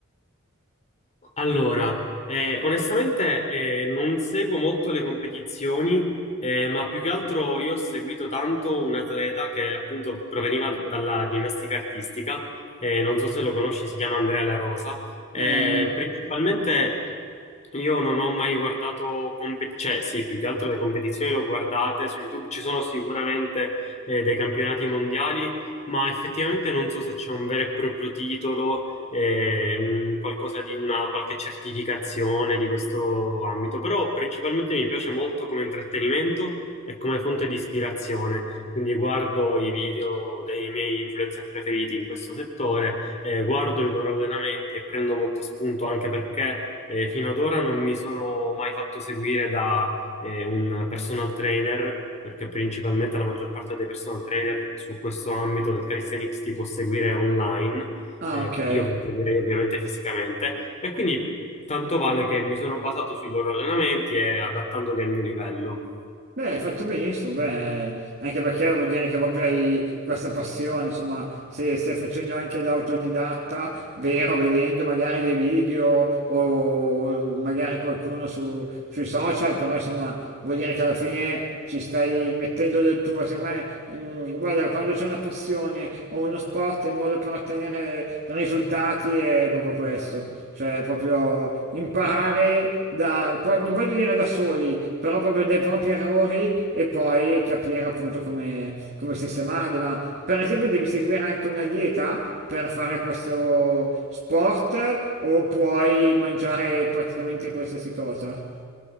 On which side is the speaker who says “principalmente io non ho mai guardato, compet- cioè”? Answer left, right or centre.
Left